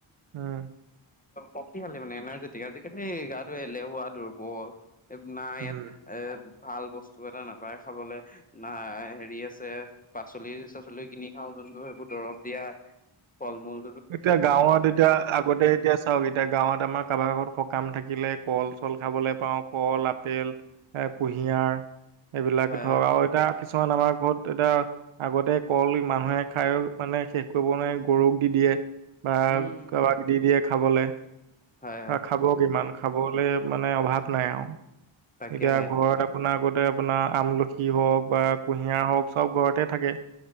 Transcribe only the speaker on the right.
উম
উম
এতিয়া গাঁৱত এতিয়া আগতে এতিয়া এতিয়া গাঁৱত আমাৰ কাৰোবাৰ ঘৰত সকাম থাকিলে কল-চল খাবলৈ পাওঁ কল, আপেল। এ কুঁহিয়াৰ
এইবিলাক
ধৰক
আৰু এতিয়া কিছুমান আমাৰ ঘৰত এতিয়া আগতে কল মানুহে খাই মানে শেষ কৰিব নোৱাৰে গৰুক দি দিয়ে। বা
কাবাক দি দিয়ে খাবলে।
খা
খাব কিমান খাবলে মানে অভাৱ নাই আৰু
এতিয়া ঘৰত আপোনাৰ আগতে আপোনাৰ আমলখি হওক বা কুঁহিয়াৰ হওক চব ঘৰতে থাকে।